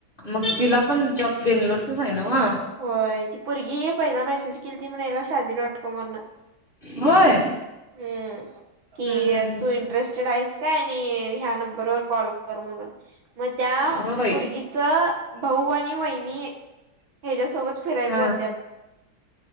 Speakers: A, on the left; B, on the right.
A: मग तिला पण जॉब बेंगलोरचच आहे नव्ह.
B: होय ती पुरगी पहिला मेसेज केली ती म्हण याला शादी डॉट कॉम वरन.
A: होय
B: हम्म! कि
A: हम्म हम्म हम्म
B: तू इंटरेस्ट स्टेड आहेस का आणि ह्या नंबरवर कॉल कर म्हणून. मग त्या
A: अगं बाई
B: पुरगीच भाऊ आणि वहिनी हेच्यासोबत फिरायला
A: हा
B: जात्यात.